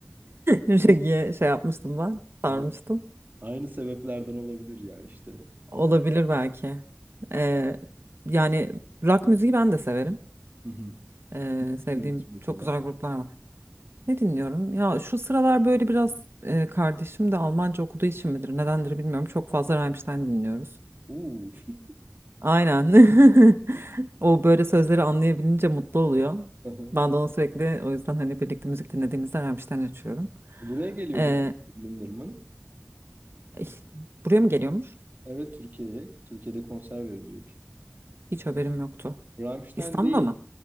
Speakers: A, on the right; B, on the right.
A: Reggae şey yapmıştım ben,
B: Vallahi
A: sarmıştım.
B: Aynı sebeplerden olabilir ya işte.
A: Olabilir belki. Ee, yani rock müziği ben de severim.
B: Hı hı.
A: Ee, sevdiğim
B: Dinliyoruz mesela.
A: çok güzel gruplar var. Ne dinliyorum? Ya şu sıralar böyle biraz e, kardeşim de Almanca okuduğu için midir, nedendir bilmiyorum. Çok fazla Rammstein dinliyoruz.
B: Uuu. <laughs>
A: Aynen. <laughs> O böyle sözleri anlayabilince mutlu oluyor.
B: Hı hı.
A: Ben de onu sürekli o yüzden hani birlikte müzik dinlediğimizde Rammstein açıyorum.
B: Buraya geliyormuş
A: Ee,
B: Linderman.
A: ih, buraya mı geliyormuş?
B: Evet Türkiye'ye. Türkiye'de konser verecek.
A: Hiç haberim yoktu.
B: Rammstein
A: İstanbul'a
B: değil.
A: mı?